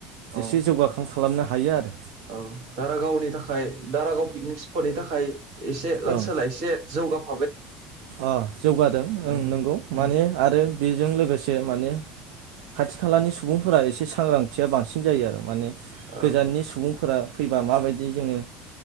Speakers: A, on the right; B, on the right.
A: औ
B: एसे जौगाखांख खालामनो हायो आरो
A: औ दारागावनि थाखाय दारागाव पिकनिक स्पटनि थाखाय एसे ओनसोला
B: ओं
A: एसे जौगाफ
B: अ जौगादों ओं
A: उम
B: नंगौ माने
A: उम
B: आरो। बेजों लोगोसे माने खाथि खालानि सुबुंफोरा एसे सांग्रांथिया बांसिन जायो आरो माने
A: औ
B: गोजाननि सुबुंफोरा फैबा माबायदि जोङो।